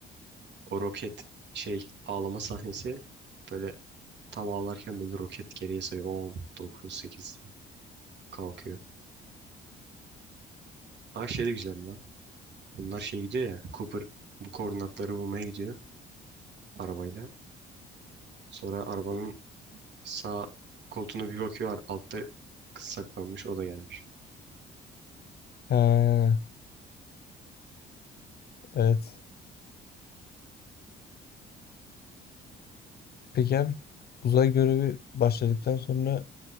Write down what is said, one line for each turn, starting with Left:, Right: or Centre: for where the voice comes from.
Right: O roket şey ağlama sahnesi böyle Tam ağlarken böyle roket geriye sayıyor. on dokuz sekiz diye kalkıyor. Ha şey de güzel lan. Bunlar şey gidiyor ya. Cooper bu koordinatları bulmaya gidiyor arabayla. Sonra arabanın sağ koltuğuna bir bakıyor. ar- Altta kız saklanmış. O da gelmiş.
Left: He, evet. Peki abi uzay görevi başladıktan sonra